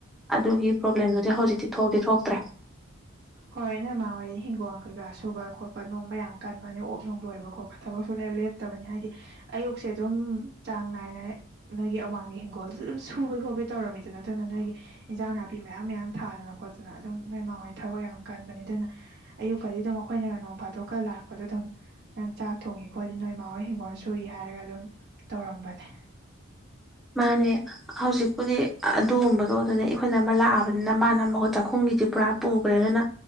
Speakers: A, in the centre; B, on the right.
A: ꯑꯗꯨꯒꯤ ꯄ꯭ꯔꯣꯕ꯭ꯂꯦꯝꯗꯨꯗꯤ ꯍꯧꯖꯤꯛꯇꯤ ꯊꯣꯛꯇꯤ ꯊꯣꯛꯇ꯭ꯔꯦ
B: ꯍꯣꯏ ꯅꯣꯢꯃꯥ ꯍꯣꯏꯗꯤ ꯍꯤꯡꯒꯣꯜ ꯀꯩꯀꯥ ꯁꯨꯕ ꯈꯣꯠꯄ ꯅꯣꯝꯕ ꯌꯥꯝ ꯀꯟꯕꯅꯦ ꯑꯣꯛ ꯅꯨꯡ ꯂꯣꯏꯕ ꯈꯣꯠꯄ ꯊꯕꯛꯁꯨ ꯂꯩ ꯂꯦꯞꯇꯕꯅꯦ ꯍꯥꯏꯗꯤ ꯑꯌꯨꯛꯁꯦ ꯑꯗꯨꯝ ꯆꯥꯡ ꯅꯥꯏꯅ ꯅꯣꯏꯒꯤ ꯑꯋꯥꯥꯡꯒꯤ ꯍꯤꯡꯒꯣꯜꯁꯨ ꯑꯗꯨꯝ ꯁꯨ ꯍꯣꯕꯦ ꯍꯣꯕꯦ ꯇꯧꯔꯝꯃꯤꯗꯨ ꯅꯠꯇꯅ ꯅꯣꯏꯒꯤ ꯏꯟꯖꯥꯡ ꯅꯥꯄꯤ ꯃꯌꯥꯝ ꯃꯌꯥꯝ ꯊꯥꯗꯅ ꯈꯣꯠꯇꯅ ꯑꯗꯨꯝ ꯅꯣꯏ ꯃꯥ ꯍꯣꯏ ꯊꯕꯛ ꯌꯥꯝ ꯀꯟꯕꯅꯤ ꯑꯗꯨꯅ ꯑꯌꯨꯛꯀꯗꯤ ꯑꯗꯨꯝ ꯑꯩꯈꯣꯏꯅ ꯅꯣꯡ ꯐꯥꯗꯣꯛꯀ ꯂꯥꯛꯄꯗꯣ ꯑꯗꯨꯝ ꯅꯪ ꯆꯥꯛ ꯊꯣꯡꯉꯦ ꯈꯣꯠꯂꯦ ꯅꯣꯏ ꯃꯥ ꯍꯣꯏ ꯍꯤꯡꯒꯣꯜ ꯁꯨꯏ ꯍꯥꯏꯔꯒ ꯑꯗꯨꯝ ꯇꯧꯔꯝꯕꯅꯦ
A: ꯃꯥꯅꯦ ꯍꯧꯖꯤꯛꯄꯨꯗꯤ ꯑꯗꯨꯒꯨꯝꯕꯗꯣ ꯑꯗꯨꯗꯩ ꯑꯩꯈꯣꯏ ꯏꯅꯝꯃ ꯂꯥꯛꯑꯕꯅꯤꯅ ꯃꯥꯅ ꯃꯍꯨꯠ ꯆꯥꯛꯈꯨꯝꯒꯤ ꯄꯨꯔꯥ ꯄꯨꯈ꯭ꯔꯦ ꯑꯗꯨꯅ